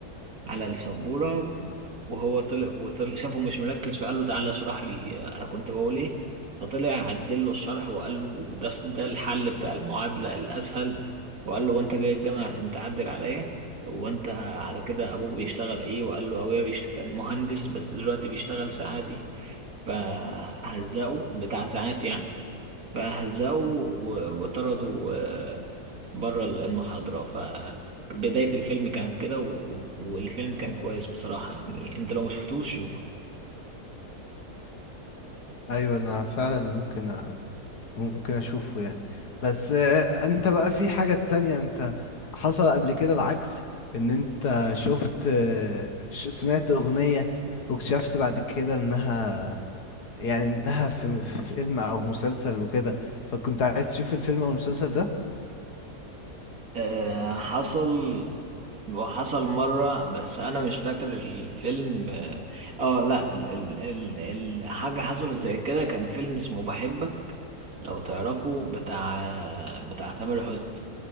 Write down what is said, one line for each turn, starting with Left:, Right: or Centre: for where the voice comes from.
Right: على السبورة وهو طلع وطلع شافه مش مركز فقال له تعالى اشرح لي انا كنت بقول ايه فطلع عدل له الشرح وقال له ده ده الحل بتاع المعادلة الاسهل وقال له وانت جاي الجامعة عشان تعدل عليا وانت على كده ابوك بيشتغل ايه وقال له ابويا بيشت... كان مهندس بس دلوقتي بيشتغل ساعاتي فهزقه بتاع ساعات يعني فهزقوا و- وطردوا بره المحاضرة فبداية الفيلم كانت كده و- و- والفيلم كان كويس بصراحة يعني انت لو مشفتوش شوفه
Left: ايوه انا فعلا ممكن ممكن اشوفه يعني بس آه، انت بقى في حاجة تانية انت حصل قبل كده العكس ان انت شفت آه، ش- سمعت اغنية واكتشفت بعد كده انها يعني انها في في فيلم او في مسلسل وكده فكنت عايز تشوف الفيلم او المسلسل ده
Right: آه، حصل وحصل مرة بس أنا مش فاكر الفيلم اه آه، لا ال ال ال ال- حاجة حصلت زي كده كان فيلم اسمه بحبك لو تعرفه بتاع بتاع تامر حسني